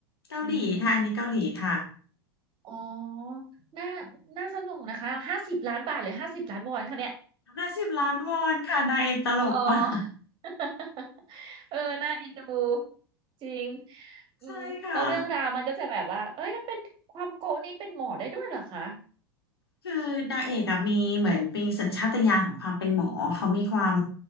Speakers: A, on the left; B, on the right.
A: เกาหลีค่ะอันนี้เกาหลีค่ะ
B: อืมอ๋อน่าน่าสนุกนะคะห้าสิบล้านบาทหรือห้าสิบล้านวอนคะเนี่ย
A: ห้าสิบล้านวอนค่ะนางเอกตลกมาก
B: อ๋อ <laughs> เออน่าเอ็นดูจริงอืมแล้วเรื่องราวมันก็จะแบบว่าเอ้ยถ้าเป็นความโกะนี้เป็นหมอได้ด้วยเหรอคะ
A: ใช่ค่ะ คือนางเอกอะมีเหมือนมีสัญชาตญาณของความเป็นหมอเขามีความ